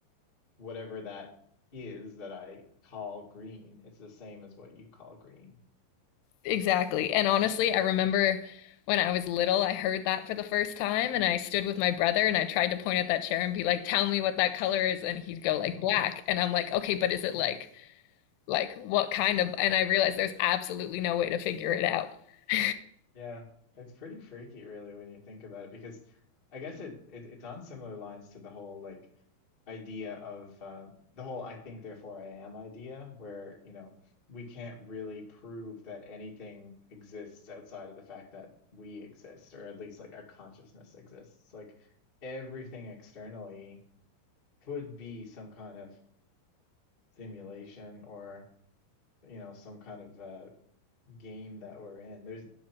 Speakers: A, on the left; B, on the left.
A: whatever that is that I call green is the same as what you call green.
B: Exactly. And honestly, I remember when I was little, I heard that for the first time, and I stood with my brother and I tried to point at that chair and be like, "Tell me what that color is," and he'd go like
A: <laughs>
B: black, and I'm like, "Okay, but is it
A: Mm.
B: like like what kind of?" And I realized there's absolutely no way to figure it out. <laughs>
A: Yeah, it's pretty freaky really when you think about it because I guess it, it it's on similar lines to the whole like idea of uh, the whole I think therefore I am idea where you know we can't really prove that anything exists outside of the fact that we exist or at least like our consciousness exists. Like everything externally could be some kind of simulation or you know, some kind of uh, game that we're in. There's